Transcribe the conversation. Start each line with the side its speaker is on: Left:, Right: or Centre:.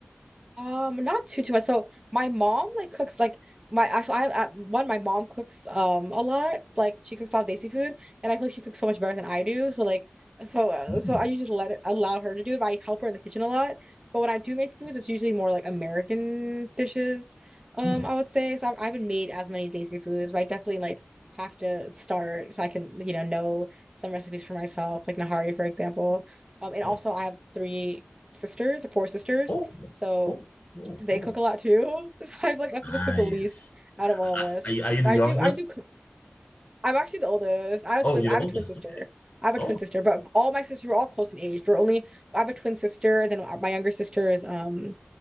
Right: Um, not too too much. So my mom like cooks like my actually I, I one my mom cooks um a lot. Like she cooks a lot of Desi food, and I feel like she cooks so much better than I do. So like so uh,
Left: Mm,
Right: so I usually let it allow her to do it. But I help her in the kitchen a lot. But when I do make foods,
Left: that's,
Right: it's usually more like American dishes. Um,
Left: hmm,
Right: I would say so. I've, I haven't made as many Desi foods, but I definitely like have to start so I can you know know some recipes for myself, like Nahari for example. Um, and
Left: yeah.
Right: also I have three sisters, four sisters.
Left: Oh,
Right: So
Left: cool, cool,
Right: they
Left: cool.
Right: cook a lot too. <laughs> So I'm like I probably
Left: Nice.
Right: cook the least out of all of us.
Left: Are, are you the
Right: But
Left: youngest?
Right: I do I do cook. I'm actually the oldest. I have a
Left: Oh,
Right: twin
Left: you're
Right: I
Left: the
Right: have
Left: oldest.
Right: a twin sister.
Left: Okay.
Right: I have a
Left: Oh,
Right: twin sister, but all my sisters were all close in age. We're only I have a twin sister, and then uh, my younger sister is um